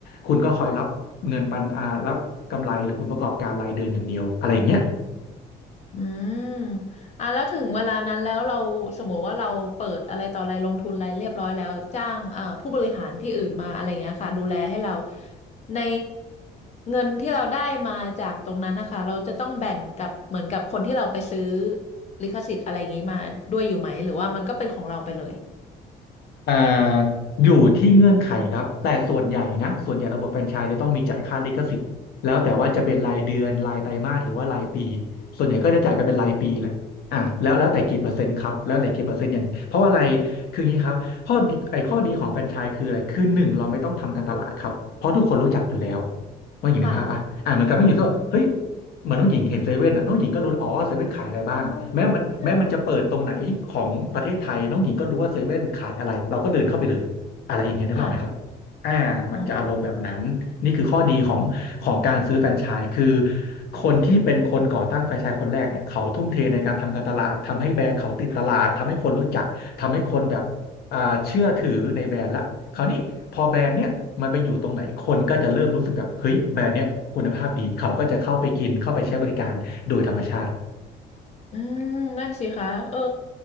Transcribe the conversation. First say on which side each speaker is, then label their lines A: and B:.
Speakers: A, on the left; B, on the left.
A: คุณก็คอยรับเงินปันอ่ารับกำไรหรือผลประกอบการรายเดือนอย่างเดียวอะไรอย่างเงี้ย
B: อืมอ่ะแล้วถึงเวลานั้นแล้วเราสมมติว่าเราเปิดอะไรต่ออะไรลงทุนอะไรเรียบร้อยแล้วจ้างอ่าผู้บริหารที่อื่นมาอะไรเงี้ยค่ะดูแลให้เราในเงินที่เราได้มาจากตรงนั้นนะคะเราจะต้องแบ่งกับเหมือนกับคนที่เราไปซื้อลิขสิทธิ์อะไรอย่างงี้มาด้วยอยู่ไหมหรือว่ามันก็เป็นของเราไปเลย
A: อ่าอยู่ที่เงื่อนไขครับแต่ส่วนใหญ่นะส่วนใหญ่ระบบแฟรนไชส์จะต้องมีจ่ายค่าลิขสิทธิ์แล้วแต่ว่าจะเป็นรายเดือนรายไตรมาสหรือว่ารายปีส่วนใหญ่ก็จะจ่ายกันเป็นรายปีแหละอ่ะแล้วแล้วแต่กี่เปอร์เซ็นต์ครับแล้วแต่กี่เปอร์เซ็นต์อย่างเพราะว่าอะไรคืออย่างนี้ครับข้อดีไอ้ข้อดีของแฟรนไชส์คืออะไรคือหนึ่งเราไม่ต้องทำการตลาดครับเพราะทุกคนรู้จักอยู่แล้วว่าอย่างนึกภาพปะอ่ะเหมือนกับไม่อยู่ที่ว่าเฮ้ย
B: ค่ะ
A: เหมือนน้องหญิงเห็นเซเว่นอ่ะน้องหญิงก็รู้แล้วอ๋อเซเว่นขายอะไรบ้างแม้มันแม้มันจะเปิดตรงไหนของประเทศไทยน้องหญิงก็รู้ว่าเซเว่นขายอะไรเราก็เดินเข้าไปเลยอะไรอย่างเงี้ยนึกภาพไหมครับ
B: อ๋อใช่ใช่ค่ะ
A: อ่ามันจะอารมณ์แบบนั้นนี่คือข้อดีของของการซื้อแฟรนไชส์คือ
B: อ๋อ
A: คนที่เป็นคนก่อตั้งแฟรนไชส์คนแรกเนี่ยเขาทุ่มเทในการทำการตลาดทำให้แบรนด์เขาติดตลาดทำให้คนรู้จักทำให้คนแบบ อ่าเชื่อถือในแบรนด์ละคราวนี้พอแบรนด์เนี้ยมันไปอยู่ตรงไหนคนก็จะเริ่มรู้สึกแบบเฮ้ยแบรนด์เนี้ยคุณภาพดีเขาก็จะเข้าไปกินเข้าไปใช้บริการโดยธรรมชาติ
B: อืมนั่นสิคะเออ